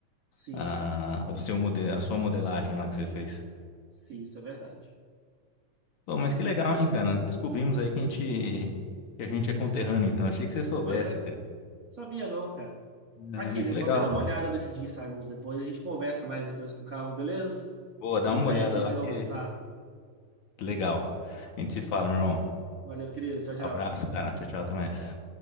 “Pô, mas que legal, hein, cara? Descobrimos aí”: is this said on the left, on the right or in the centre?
Left